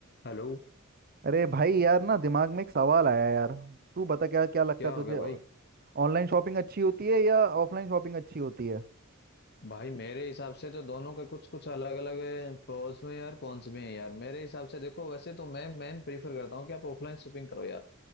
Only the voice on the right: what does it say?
अरे भाई यार ना दिमाग में एक सवाल आया यार तू बता क्या क्या लगता
है
तुझे
ऑनलाइन शॉपिंग अच्छी होती है या ऑफलाइन शॉपिंग अच्छी होती है